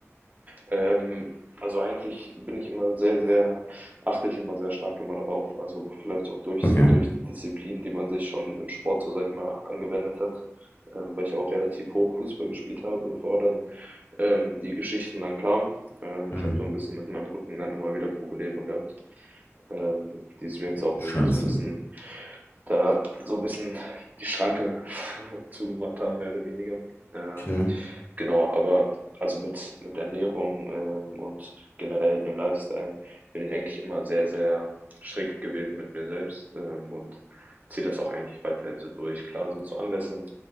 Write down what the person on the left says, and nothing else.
Okay.
Ähm,
Scheiße.
Okay.